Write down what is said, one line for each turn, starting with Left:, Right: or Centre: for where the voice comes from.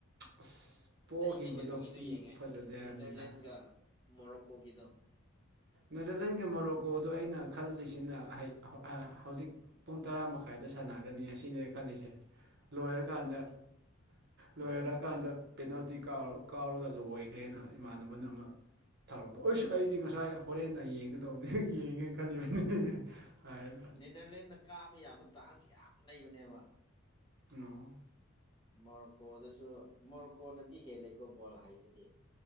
Right: ꯑꯁ ꯄꯣꯛꯈꯤꯕꯗꯣ
Left: ꯑꯩꯗꯤ ꯀꯩꯅꯣꯒꯤꯗꯣ ꯌꯦꯡꯉꯦ
Right: ꯐꯖꯗꯦ ꯍꯥꯏꯕꯅꯤꯗ
Left: ꯅꯤꯗꯔꯂꯦꯟꯒ ꯃꯣꯔꯣꯀꯣꯒꯤꯗꯣ
Right: ꯅꯦꯗꯔꯂꯦꯟꯒꯤ ꯃꯣꯔꯣꯀꯣꯗ ꯑꯩꯅ ꯈꯜꯂꯤꯁꯤꯅ ꯍꯧꯖꯤꯛ ꯄꯨꯡ ꯇꯔꯥ ꯃꯈꯥꯏꯗ ꯁꯥꯟꯅꯒꯅꯤ ꯑꯁꯤꯅꯦ ꯈꯜꯂꯤꯁꯦ ꯂꯣꯏꯔꯀꯥꯟꯗ ꯂꯣꯏꯔꯀꯥꯟꯗ ꯄꯦꯅꯥꯜꯇꯤ ꯀꯥꯎꯔꯒ ꯂꯣꯏꯈ꯭ꯔꯦꯅ ꯏꯃꯥꯟꯅꯕꯅ ꯑꯃ ꯊꯧꯔꯛꯄ ꯑꯣꯏꯁꯨ ꯑꯩꯗꯤ ꯉꯁꯥꯏ ꯍꯣꯔꯦꯟꯅ ꯌꯦꯡꯒꯗꯕꯅꯤ ꯌꯦꯡꯒꯦꯅ ꯈꯜꯂꯤꯕꯅꯤ ꯍꯥꯏꯔꯒ
Left: ꯅꯦꯗꯔꯂꯦꯟꯗ ꯀꯥꯕ ꯌꯥꯕ ꯆꯥꯟꯁ ꯌꯥꯝ ꯂꯩꯕꯅꯦꯕ
Right: ꯑꯣ
Left: ꯃꯣꯔꯣꯀꯣꯗꯁꯨ ꯃꯣꯔꯣꯀꯣꯅꯗꯤ ꯍꯦꯜꯂꯦꯀꯣ ꯕꯣꯜ ꯍꯥꯏꯕꯗꯤ